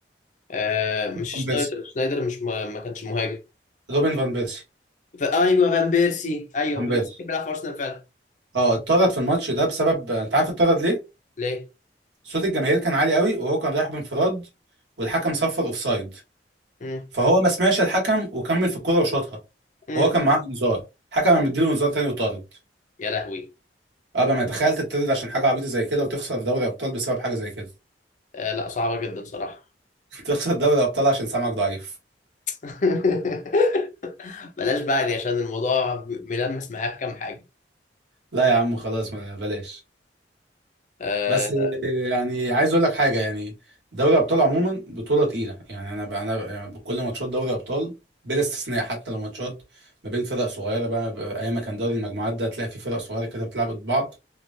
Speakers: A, on the left; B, on the right.
A: آه، مش
B: فان
A: شنايدر
B: بيرسي
A: شنايدر مش ما ما كانش مهاجم
B: روبن فان بيرسي
A: فا- أيوه فان بيرسي أيوه
B: فان
A: فان
B: بيرسي
A: بيرسي كان بيلعب في أرسنال فعلا
B: اه اتطرد في الماتش ده بسبب انت عارف اتطرد ليه؟
A: ليه؟
B: صوت الجماهير كان عالي قوي وهو كان رايح بانفراد والحكم صفر اوفسايد
A: مم.
B: فهو ما سمعش الحكم وكمل في الكرة وشاطها
A: مم.
B: وهو كان معاه انذار حكم قام مديله انذار تاني وطارد
A: يا لهوي
B: ابقى ما تخيل تطرد عشان حاجه عبيطه زي كده وتخسر دوري ابطال بسبب حاجه زي كده
A: آه لا صعبة جدا صراحة
B: <laughs> تخسر دوري ابطال عشان سمعك ضعيف
A: <laughs> بلاش بقى يعني عشان الموضوع ملمس معايا في كام حاجة
B: لا يا عم خلاص ما بلاش
A: آه
B: بس يعني عايز اقول لك حاجه يعني دوري ابطال عموما بطوله تقيله يعني انا بقى انا يعني كل ماتشات دوري ابطال بلا استثناء حتى لو ماتشات ما بين فرق صغيره بقى بقى ايام ما كان دوري المجموعات ده تلاقي فيه فرق صغيره كده بتلعب ضد بعض